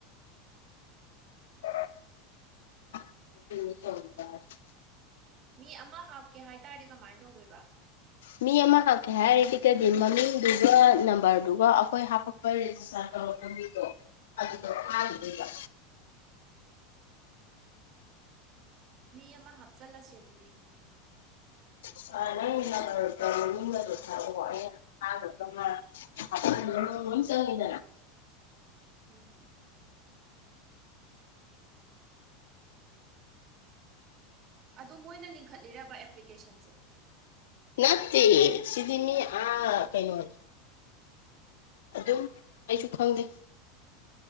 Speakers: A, on the left; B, on the right.
A: <unintelligible>
B: ꯃꯤ ꯑꯃ ꯍꯥꯞꯀꯦ ꯍꯥꯏꯇꯥꯔꯗꯤ ꯀꯃꯥꯏꯅ ꯇꯧꯗꯣꯏꯕ
A: ꯃꯤ ꯑꯃ ꯍꯞꯀꯦ ꯍꯥꯏꯔꯒꯗꯤ ꯃꯃꯤꯡꯗꯨꯒ ꯅꯝꯕꯔꯗꯨꯒ ꯑꯩꯈꯣꯏ ꯍꯥꯄꯛꯄ ꯔꯦꯖꯤꯁꯇꯥꯔ ꯇꯧꯔꯛꯄ ꯃꯤꯗꯣ ꯑꯗꯨꯗ ꯊꯥꯒꯤꯗꯣꯏꯕ
B: ꯎꯝ ꯃꯤ ꯑꯃ ꯍꯥꯞꯆꯤꯜꯂꯁꯦ ꯑꯗꯨꯗꯤ
A: ꯑ ꯅꯪꯁꯨ ꯊ ꯍꯥ <unintelligible>
B: ꯎꯝ ꯑꯗꯨ ꯃꯣꯏꯅ ꯂꯤꯡꯈꯠꯂꯤꯔꯕ ꯑꯦꯄ꯭ꯂꯤ ꯀꯦꯁꯟꯁꯦ
A: ꯅꯠꯇꯦ ꯁꯤꯗꯤ ꯃꯤ ꯑꯥ ꯀꯩꯅꯣ ꯑꯗꯨꯝ ꯑꯩꯁꯨ ꯈꯪꯗꯦ